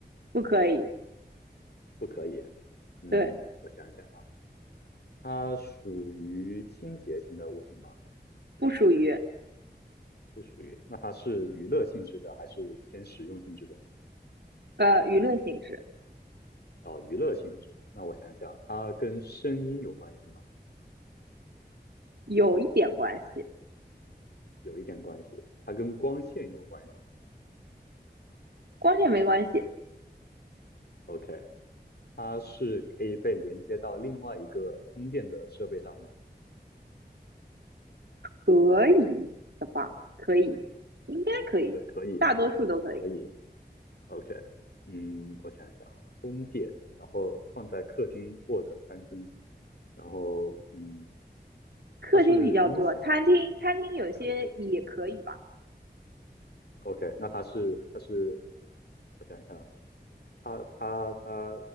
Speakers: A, on the right (about 70°); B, on the left (about 65°).
A: 不可以，
B: 不可以。嗯，
A: 对，
B: 我想想啊，它属于清洁型的物品吗？
A: 不属于
B: 不属于。那它是娱乐性质的还是偏实用性质的呢？
A: 呃娱乐性质，
B: 哦，娱乐性质。那我想想，它跟声音有关系吗？
A: 有一点关系，
B: 有一点关系。它跟光线有关系吗
A: 光线没关系，
B: ？OK，它是可以被连接到另外一个充电的设备上面，
A: 可以的吧？可以，应该可以，
B: 可可
A: 大多数都可以。
B: 可以。OK，嗯，我想想啊，充电，然后放在客厅或者餐厅，然后嗯，
A: 客厅比较多，
B: 它是音响吗？
A: 餐厅餐厅有些也可以吧？
B: 啊，客，OK，那它是它是，我想一下啊，它它它，